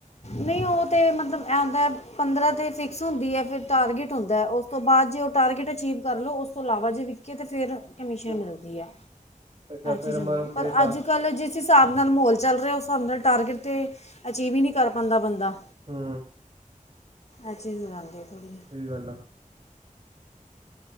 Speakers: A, on the left; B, on the right.
A: ਨਹੀਂ ਉਹ ਤੇ ਮਤਲਬ ਇਹ ਹੁੰਦਾ ਪੰਦਰਾਂ ਤੇ ਫਿਕਸ ਹੁੰਦੀ ਹੈ, ਫਿਰ ਟਾਰਗੇਟ ਹੁੰਦਾ ਉਸ ਤੋਂ ਬਾਅਦ ਜੇ ਉਹ ਟਾਰਗੇਟ ਅਚੀਵ ਕਰ ਲਉ, ਉਸ ਤੋਂ ਇਲਾਵਾ ਜੇ ਵਿਕੇ ਤਾਂ ਫਿਰ ਕਮੀਸ਼ਨ
B: ਹੂੰ,
A: ਮਿਲਦੀ ਐ,
B: ਅੱਛਾ ਫਿਰ
A: ਚੀਜ਼ ਹੁੰਦੀ
B: ਮਤਲਬ
A: ਪਰ
B: ਕਿ ਟ
A: ਅੱਜ ਅੱਜ-ਕੱਲ੍ਹ ਜਿਸ ਹਿਸਾਬ ਨਾਲ ਮਾਹੌਲ ਚੱਲ ਰਿਹਾ, ਉਸ ਹਿਸਾਬ ਨਾਲ ਟਾਰਗੇਟ 'ਤੇ ਅਚੀਵ ਹੀ ਨਹੀਂ ਕਰ ਪਾਉਂਦਾ ਬੰਦਾ
B: ਹੂੰ,
A: ਅ ਚੀਜ਼ ਰਾਂਦੀ ਹੀ
B: ਸਹੀ ਗੱਲ ਆ